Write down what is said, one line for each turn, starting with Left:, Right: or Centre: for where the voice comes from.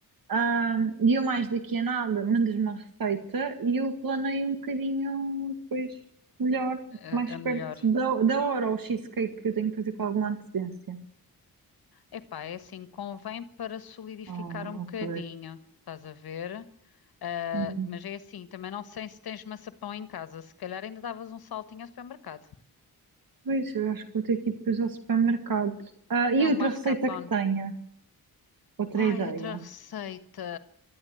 Right: Ahm, e eu, mais daqui a nada, mandas-me uma receita e eu planeio um bocadinho depois melhor,
Left: A,
Right: mais
Left: a
Right: perto
Left: melhor.
Right: da, da hora, o cheesecake que eu tenho que fazer com alguma antecedência.
Left: Epá, é assim, convém para solidificar
Right: Ah,
Left: um bocadinho,
Right: ok.
Left: estás a ver? Ah,
Right: Hum.
Left: mas é assim, também não sei se tens maçapão em casa. Se calhar ainda davas um saltinho ao supermercado.
Right: Pois, eu acho que vou ter que ir depois ao supermercado. Ah, e
Left: É
Right: outra
Left: o mascarpone.
Right: receita que tenha, outra
Left: Ai,
Right: ideia.
Left: outra receita.